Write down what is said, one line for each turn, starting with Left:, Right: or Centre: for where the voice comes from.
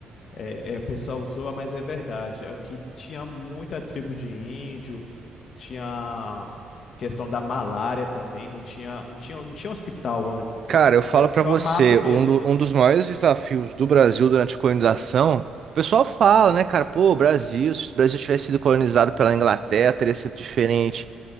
Left: é, é, o pessoal zoa, mas é verdade. Aqui tinha muita tribo de índio, tinha questão da malária também. Não tinha, não tinha, não tinha hospital antes, pô.
Right: Cara,
Left: Aqui
Right: eu falo
Left: era
Right: pra
Left: só
Right: você,
Left: mato mesmo,
Right: um, do-
Left: mano.
Right: um dos maiores desafios do Brasil durante a colonização, o pessoal fala, né, cara, pô, o Brasil, se o Brasil tivesse sido colonizado pela Inglaterra, teria sido diferente.